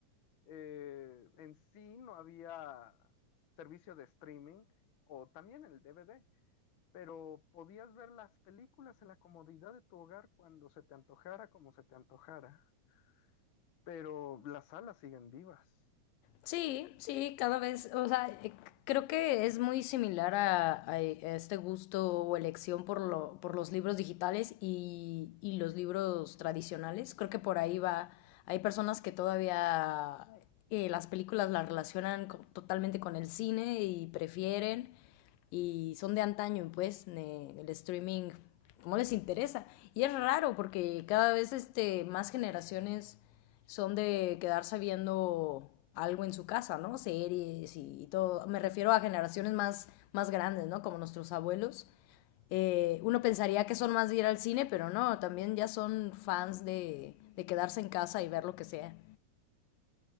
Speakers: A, on the left; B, on the left.
A: Eh, en sí no había servicio de streaming o también el DVD, pero podías ver las películas en la comodidad de tu hogar cuando se te antojara, como se te antojara. Pero las salas siguen vivas.
B: Sí, sí, cada vez, o sea, eh, creo que es muy similar a, a- a este gusto o elección por lo, por los libros digitales y, y los libros tradicionales. Creo que por ahí va, hay personas que todavía eh, las películas las relacionan co- totalmente con el cine y prefieren y son de antaño, pues, ne- el streaming, no les interesa. Y es raro porque cada vez este, más generaciones son de quedarse viendo algo en su casa, ¿no? Series y, y todo. Me refiero a generaciones más, más grandes, ¿no? Como nuestros abuelos. Eh, uno pensaría que son más de ir al cine, pero no, también ya son fans de, de quedarse en casa y ver lo que sea.